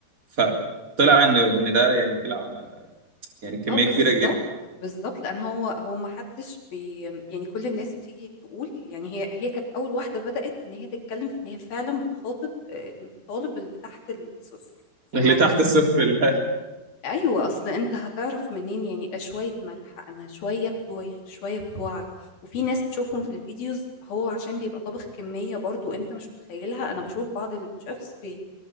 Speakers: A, on the right; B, on the left.
A: فطلع ان ان ده يعني طلع يعني كميه
B: اه بالظبط
A: كبيره جدا
B: بالظبط لان هو هو ما حدش بي يعني كل الناس بتيجي تقول يعني هي هي كانت اول واحده بدات ان هي تتكلم في ان هي فعلا بتخاطب آه، الطالب اللي تحت الصفر في
A: اللي
B: المطبخ
A: تحت الصفر ال...
B: ايوه اصل انت هتعرف منين يعني شويه ملح اما شويه بتوعي شويه بتوعك وفي ناس بتشوفهم في الفيديوز هو عشان بيبقى طابخ كميه برضو انت مش متخيلها انا بشوف بعض الشيفs